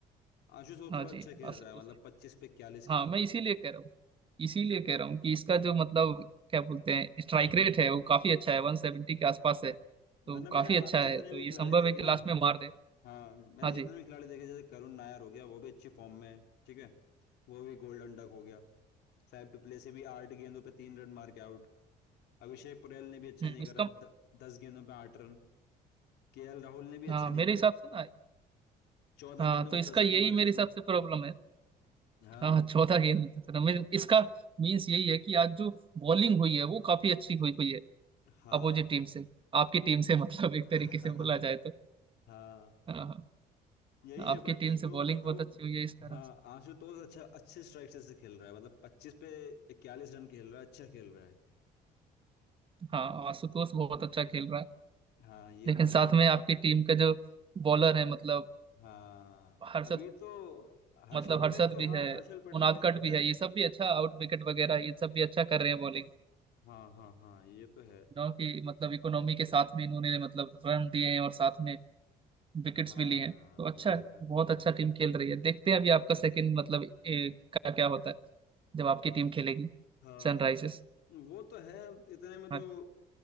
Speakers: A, on the left; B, on the right.
A: आशुतोष
B: हाँ
A: थोड़ा
B: जी
A: अच्छा खेल
B: आशुतोष
A: रहा है मतलब
B: ने-
A: पच्चीस पे इक्यालीस
B: हाँ
A: खेल
B: मैं
A: रहा
B: इसीलिए
A: है वो
B: कह रहा हूँ इसीलिए कह रहा हूँ कि इसका जो मतलब क्या बोलते हैं स्ट्राइक रेट है वो काफी अच्छा है वन सेवेंटी के आसपास है तो
A: वरना मैंने
B: काफी
A: आज
B: अच्छा
A: जितने
B: है तो
A: भी
B: ये
A: खिलाड़ी
B: संभव
A: देखे
B: है कि
A: ना
B: लास्ट में मार दे
A: हाँ मैंने
B: हाँ जी
A: जितने भी खिलाड़ी देखे जैसे करुण नायर हो गया वो भी अच्छी फॉर्म में है ठीक है वो भी गोल्डन डक हो गया फैफ डुप्लेसी से भी आठ गेंदों पे तीन रन मार के आउट अभिषेक पुरेल ने भी अच्छा
B: हम्म,
A: नहीं
B: इसका
A: करा द, दस गेंदों पे आठ रन केएल राहुल ने भी अच्छा
B: हाँ
A: नहीं
B: मेरे
A: किया
B: हिसाब से ना
A: चौदह
B: हाँ
A: गेंदों में
B: तो इसका
A: दस
B: यही
A: रन मारे
B: मेरे
A: उसने
B: हिसाब से प्रॉब्लम है
A: हाँ
B: हाँ चौथा गेंद रमेश इसका मीन्स यही है कि आज जो बॉलिंग हुई है वो काफी अच्छी हुई हुई है
A: हाँ
B: अपोजिट टीम से आपकी टीम से <laughs> मतलब एक
A: <laughs> हाँ
B: तरीके से बोला जाए तो
A: हाँ
B: हाँ हाँ, हाँ,
A: यही है
B: आपकी
A: बाकी
B: टीम
A: मैं
B: से बॉलिंग
A: बताता
B: बहुत
A: हूँ
B: अच्छी हुई है इस कारण
A: हाँ
B: से
A: आशुतोष अच्छा अच्छे स्ट्राइक से खेल रहा है मतलब पच्चीस पे इक्यालीस रन खेल रहा है अच्छा खेल रहा है
B: हाँ आशुतोष बहुत अच्छा खेल रहा है
A: हाँ ये
B: लेकिन
A: तो है
B: साथ में आपकी टीम का जो बॉलर है मतलब
A: हाँ
B: हर्षद
A: अभी तो हर्षल
B: मतलब
A: पटेल
B: हर्षद
A: तो
B: भी
A: हाँ
B: है
A: हर्षल पटेल
B: उनाद
A: थोड़ा
B: कट
A: पिटा
B: भी
A: है
B: है ये सब भी अच्छा आउट विकेट वगैरह ये सब भी अच्छा कर रहे हैं बॉलिंग
A: हाँ हाँ हाँ ये तो है
B: नो कि मतलब इकोनॉमी के साथ में इन्होंने मतलब रन दिए हैं और साथ में विकेट्स
A: हाँ
B: भी लिए हैं तो अच्छा
A: ये
B: है
A: तो
B: बहुत
A: है
B: अच्छा टीम खेल रही है देखते हैं अभी आपका सेकंड मतलब ए, का क्या होता है जब आपकी टीम खेलेगी
A: हाँ
B: सनराइजर्स
A: वो तो है इतने में तो
B: हाँ,